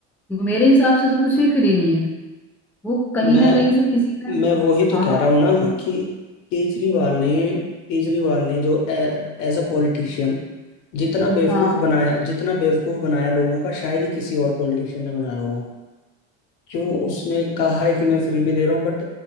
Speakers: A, in the centre; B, on the left (about 75°).
A: तो मेरे हिसाब से तो कुछ भी फ्री नहीं है वो कहीं
B: मैं
A: ना कहीं से किसी ने
B: मैं वही तो
A: हाँ
B: कह
A: हाँ
B: रहा हूँ ना कि केजरीवाल ने केजरीवाल ने जो एज अ पॉलिटिशियन जितना बेवकूफ
A: हाँ
B: बनाया जितना बेवकूफ बनाया लोगों का शायद ही किसी और पॉलिटिशियन ने बनाया होगा क्यों उसने कहा है कि मैं फ्री में दे रहा हूँ बट